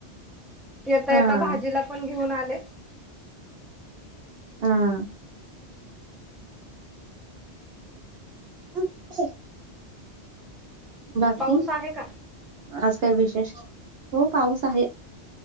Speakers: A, in the centre; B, on the right.
A: येता
B: हा
A: येता, भाजीला पण घेऊन आले.
B: हा <unintelligible> बाकी?
A: पाऊस आहे का
B: आज काय विशेष, हो पाऊस आहे.